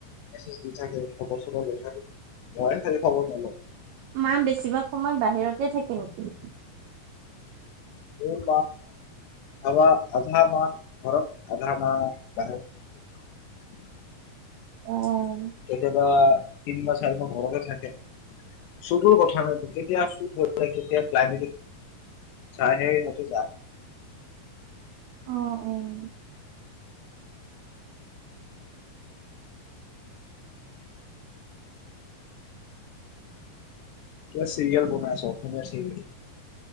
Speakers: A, on the left (about 75°); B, on the right (about 85°).
A: ম দি থাকে খবৰ চু গৈ থাকে মই খাল খবৰ নলওঁ ।
B: মা বেছিভাগ সময় বাহিৰতে থাকে নেকি।
A: এই আৰ আধা ঘৰ আধা মাবাহিৰত ।
B: অঁ
A: কেতিয়াবা। তিনি ম চ আাল ঘৰৰত থাকে । চুতৰ কথা নাইতো কেতিয়া চুত । কেতিয়া ক্লাইমেটিক চাই সেহ যায় ।
B: অঁ অঁ।
A: এ চিৰিয়েল বনাইছে অ অসমীয়া চিৰিয়েল।